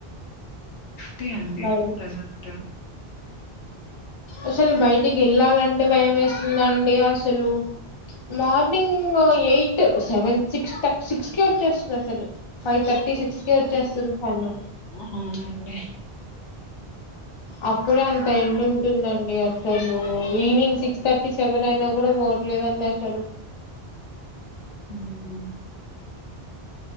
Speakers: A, on the left; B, on the left.
A: థీ అండి
B: బై
A: ప్రజెంట్
B: అసలు బయటికి వెళ్ళాలంటే భయం వేస్తుందండి అసలు morning eight seven six six కె వచ్చేస్తుంది అసలు ఫైవ్ థర్టీ సిక్స్ కె వచ్చేస్తుంది సన్న
A: అవునండి
B: అప్పుడే అంత ఎండు ఉంటుందండి అసలు ఈవినింగ్ సిక్స్ థర్టీ సెవెన్ అయిన కూడా పోవట్లేదండి అసలు
A: హ్మ్